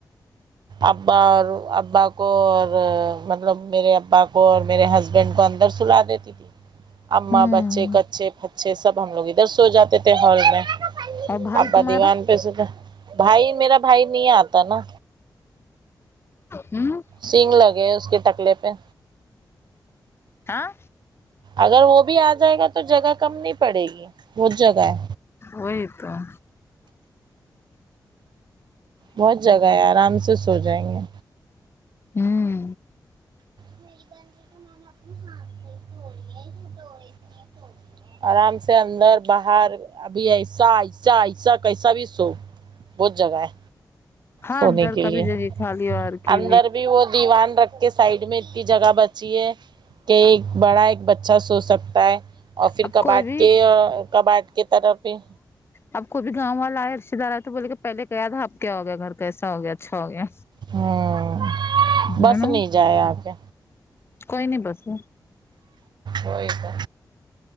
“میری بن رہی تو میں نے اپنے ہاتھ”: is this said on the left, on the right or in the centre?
Right